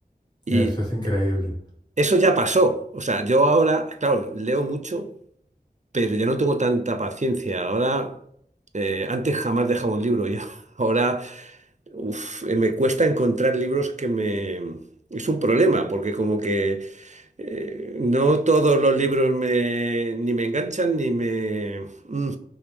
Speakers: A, on the right; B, on the left.
A: Y
B: Eso es increíble.
A: eso ya pasó. O sea, yo ahora, claro, leo mucho pero ya no tengo tanta paciencia. Ahora, eh, antes jamás dejaba un libro. Yo <laughs> ahora, uf, eh, me cuesta encontrar libros que me... Es un problema, porque como que eh, no todos los libros me, ni me enganchan, ni me... mm,